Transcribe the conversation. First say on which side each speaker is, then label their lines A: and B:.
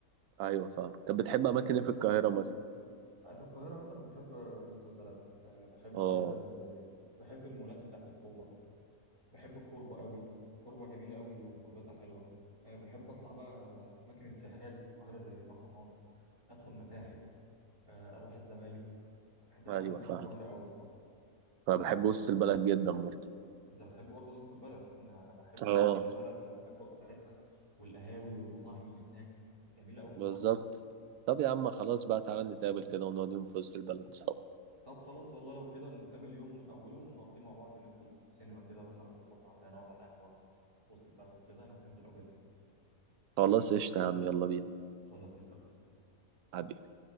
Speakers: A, on the right; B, on the right.
A: ايوه فاهم طب بتحب
B: فاهم
A: اماكن ايه في القاهره مثلا
B: في القاهرة مثلا بحب وسط البلد آه، بحب
A: اه
B: آه، بحب المولات بتاعت أكتوبر بحب الكوربة قوي الكوربة جميلة قوي وخروجاتها حلوة آه، بحب أطلع بقى الأماكن السياحية اللي في القاهرة زي الأهرامات أدخل متاحف آه، أروح الزمالك بحب الأماكن
A: ايوه فاهم
B: دي في القاهرة قوي الصراحة
A: فبحب وسط البلد جدا برضه
B: أنت بتحب برضه وسط البلد أنا أنا بحب
A: اه
B: وسط البلد والأجواء بتاعتها والقهاوي والمطاعم اللي هناك جميلة قوي بصراحة
A: بالظبط طب يا عم خلاص بقى تعالى نتقابل كده ونقعد يوم في وسط البلد سوا
B: طب خلاص والله لو كده نتقابل يوم من أوله ونقضيه مع بعض ندخل السينما كده مثلا ونروح بعدها نقعد على القهوة في وسط البلد وكده أنا بحب الأوقات دي
A: خلاص قشطة يا عم يلا بينا
B: خلاص اتفقنا
A: حبيبي